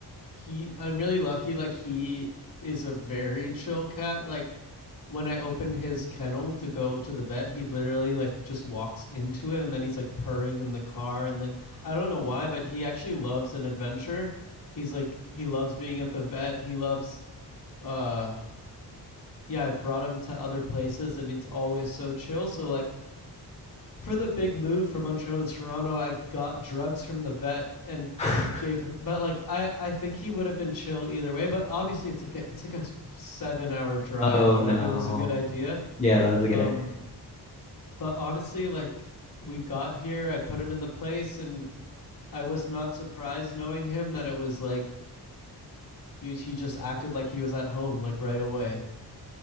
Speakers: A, on the left; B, on the left.
A: he I'm really lucky like he is a very chill cat. Like when I open his kennel to go to the vet, he literally like just walks into it and then he's like purring in the car and like I don't know why, but he actually loves an adventure. He's like he loves being at the vet. He loves uh yeah, I've brought him to other places and it's always so chill. So like for the big move from Montreal to Toronto, I got drugs from the vet and
B: <laughs>
A: gave him. But like, I I think he would have been chill either way. But obviously, it's like a it's like a seven hour drive.
B: Oh
A: Like
B: no.
A: it was a good idea.
B: Yeah, that was a
A: Um,
B: good idea.
A: but honestly, like we got here, I put him in the place, and I was not surprised knowing him that it was like he he just acted like he was at home like right away.